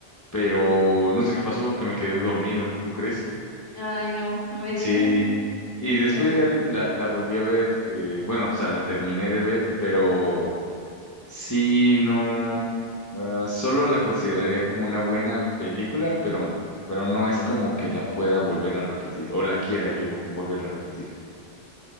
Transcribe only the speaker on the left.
pero no sé qué pasó, que me quedé dormido, ¿tú crees?
Sí.
Y después
ya la, la volví a ver, eh, bueno, o sea, la terminé de ver, pero sí, no, ah, solo la consideraría como una buena película, pero, pero no es como que la pueda volver a repetir o la quiera yo volver a repetir.